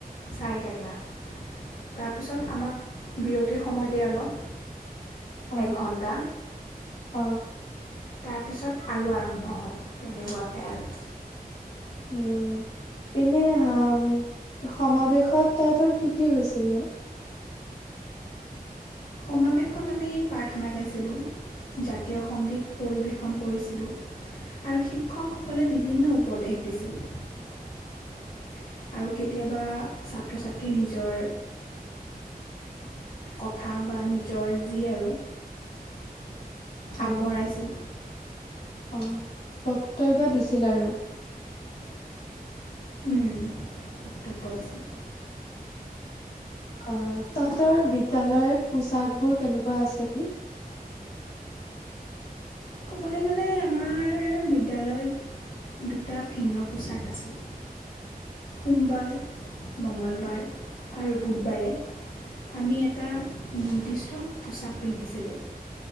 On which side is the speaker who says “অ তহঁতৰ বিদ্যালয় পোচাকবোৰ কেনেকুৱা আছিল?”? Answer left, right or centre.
Left